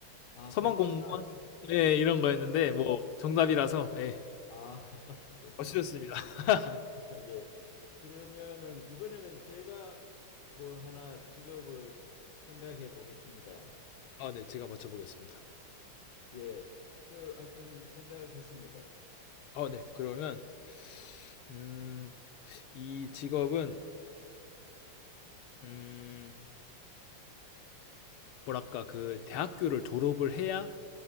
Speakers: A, on the left; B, on the left.
A: 아,
B: 소방공무원
A: 소방사.
B: 예 이런
A: 소방.
B: 거였는데 뭐 정답이라서 예.
A: 아, <laughs> 네.
B: 맞추셨습니다. <laughs>
A: <laughs> 예. 그러면은 이번에는 제가 뭐 하나 직업을 생각해 보겠습니다.
B: 아 네 제가 맞춰 보겠습니다.
A: 예. 그 하여튼 생각했습니다.
B: 아 네. 그러면 음 이 직업은 음 뭐랄까 그 대학교를 졸업을 해야